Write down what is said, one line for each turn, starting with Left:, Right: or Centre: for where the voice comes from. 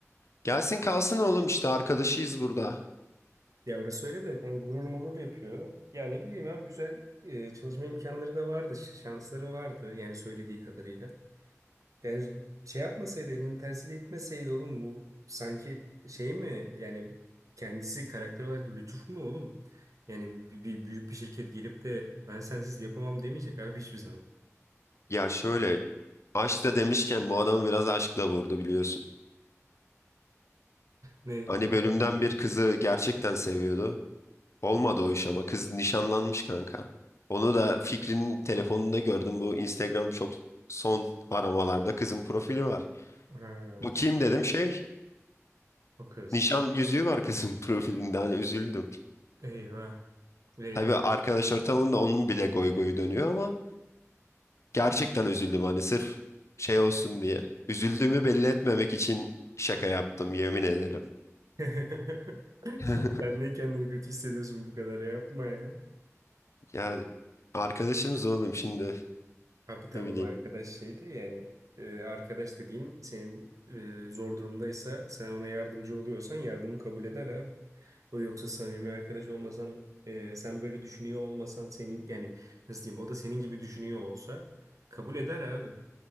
Left: Gelsin kalsın oğlum işte arkadaşıyız burada.
Right: Ya orası öyle de hani gurur murur yapıyor. Ya ne bileyim abi güzel e, çalışma imkanları da vardı, ş- şansları vardı yani söylediği kadarıyla. Yani şey yapmasaydı, elinin tersiyle itmeseydi oğlum bu sanki şey mi yani kendisi karakter olarak lütuf mu oğlum? Yani bir, bir büyük bir şirket gelip de ben sensiz yapamam demeyecek abi hiçbir zaman.
Left: Ya şöyle aşk da demişken bu adamı biraz aşkla vurdu biliyorsun.
Right: Ne,
Left: Hani
Right: ne
Left: bölümden
Right: zaman?
Left: bir kızı gerçekten seviyordu. Olmadı
Right: Hı.
Left: o iş ama kız nişanlanmış kanka. Onu da Fikri'nin telefonunda gördüm. Bu Instagram çok son aramalarda kızın profili var.
Right: Ha,
Left: Bakayım dedim şey
Right: o kız.
Left: Nişan yüzüğü var kızın <laughs> profilinde hani üzüldüm.
Right: Eyvah. Eyvah.
Left: Tabii arkadaş ortamında onun bile goy goyu dönüyor ama gerçekten üzüldüm hani sırf şey olsun diye. Üzüldüğümü belli etmemek için şaka yaptım yemin ederim.
Right: <laughs>
Left: <laughs>
Right: Sen niye kendini kötü hissediyorsun bu kadar ya? yapma ya.
Left: Ya arkadaşımız oğlum şimdi
Right: Abi tamam
Left: ne bileyim.
Right: arkadaş şey de yani e, arkadaş dediğin senin e, zor durumdaysa sen ona yardımcı oluyorsan yardımı kabul eder abi. O yoksa samimi arkadaş olmasan e, sen böyle düşünüyor olmasan senin yani nasıl diyeyim o da senin gibi düşünüyor olsa kabul eder abi.